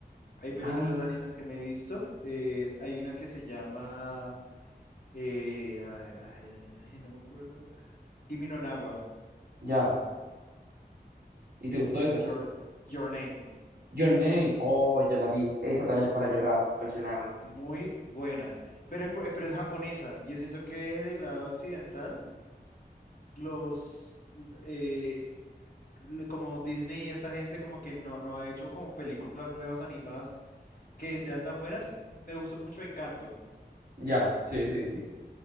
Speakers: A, on the left; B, on the right.
A: Hay películas
B: Ah,
A: animes que me he visto. eh, hay una que se llama. eh, ay, ay, ay, ay, no me acuerdo. Kimi no na wa,
B: ya. ¿Y te gustó esa?
A: Your, Your Name.
B: Your Name. Oh, yo la vi. Esa también es para llorar. Impresionante.
A: Muy buena. Pero es, por- pero es japonesa. Yo siento que del lado occidental, los. eh, le- como Disney y esa gente como que no, no ha hecho como películas nuevas animadas que sean tan buenas, me gustó mucho Encanto,
B: Ya, sí, sí, sí.